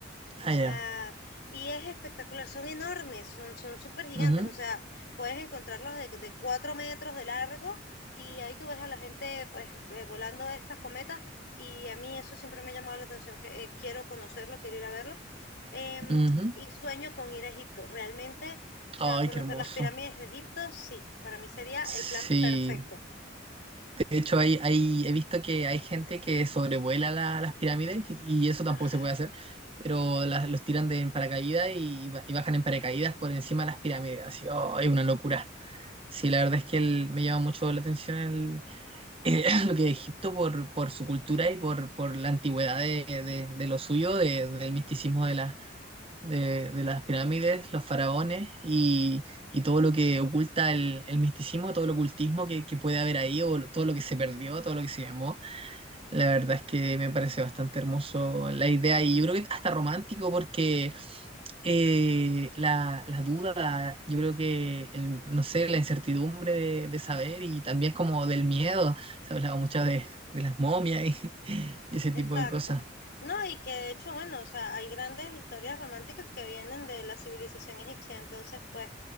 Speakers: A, on the left; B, on the right.
A: O
B: Ah,
A: sea,
B: ya.
A: y es espectacular, son enormes, son, son súper gigantes,
B: Ujú,
A: o sea, puedes encontrarlos de, de cuatro metros de largo y ahí tú ves a la gente pues eh, volando estas cometas y a mí eso siempre me ha llamado la atención, que eh, quiero conocerlo, quiero ir a verlo. Em,
B: ujú.
A: y sueño con ir a Egipto, realmente, o
B: Ay,
A: sea, conocer
B: qué hermoso.
A: las pirámides de Egipto, sí, para mí sería
B: Sí,
A: el plan perfecto.
B: de hecho hay, hay, he visto que hay gente que sobrevuela la- las pirámides y eso tampoco
A: Ah,
B: se puede hacer, pero las, los tiran de en paracaídas y, ba- y bajan en paracaídas por encima de las pirámides. Así, oh, es una locura. Sí, la verdad es que el- me llama mucho la atención el, eh, <clears throat> lo que es Egipto por, por su cultura y por, por la antigüedad de, de- de lo suyo, de- del misticismo de la de, de las pirámides, los faraones y, y todo lo que oculta el, el misticismo, todo el ocultismo que, que puede haber ahí o todo lo que se perdió, todo lo que se llamó. La verdad es que me parece bastante hermoso la idea y yo creo que hasta romántico porque eh, la, la duda, yo creo que, el- no sé, la incertidumbre de, de saber y también como del miedo, se hablaba mucho de, de las momias y, <laughs> y ese tipo
A: Exacto.
B: de cosas.
A: No, y que de hecho, bueno, o sea, hay grandes historias románticas que vienen de la civilización egipcia, entonces, pues,